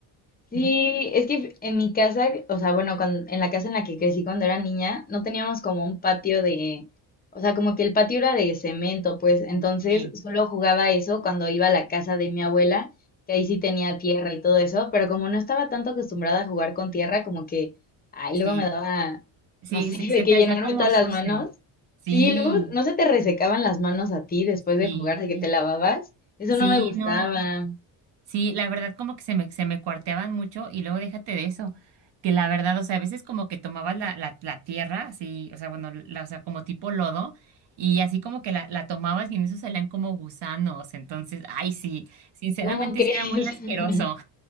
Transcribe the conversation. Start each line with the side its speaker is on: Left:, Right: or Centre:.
Left: Sí,
Right: ¿No?
Left: es que en mi casa, o sea, bueno, cuan- en la casa en la que crecí cuando era niña, no teníamos como un patio de, o sea, como que el patio era de cemento, pues entonces
Right: Sí,
Left: solo jugaba eso cuando iba a la casa de mi abuela, que ahí sí tenía tierra y todo eso, pero como no estaba tanto acostumbrada a jugar con tierra, como que, ay,
Right: sí.
Left: luego me daba,
Right: Sí,
Left: no sé,
Right: se,
Left: <laughs> de
Right: se
Left: que
Right: te
Left: llenarme
Right: hacía como
Left: todas
Right: sucio.
Left: las manos.
Right: Sí,
Left: Sí, luego, ¿no se te resecaban las manos a ti después de
Right: sí,
Left: jugar, de que te lavabas? Eso
Right: sí,
Left: no me gustaba.
Right: no. Sí, la verdad como que se me, se me cuarteaban mucho y luego déjate de eso, que la verdad, o sea, a veces como que tomabas la, la, la tierra, así, o sea, bueno, la, o sea, como tipo lodo, y así como que la, la tomabas y en eso salían como gusanos, entonces, ay, sí, sinceramente
Left: ¿Cómo crees?
Right: sí era muy asqueroso.
Left: <laughs>